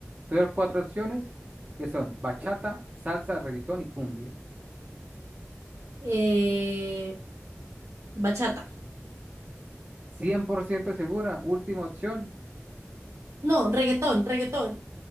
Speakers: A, on the right; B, on the right.
A: Te doy cuatro opciones que son bachata, salsa, reggaetón y cumbia.
B: Eh, bachata.
A: 100% segura, última opción.
B: No, reggaetón, reggaetón.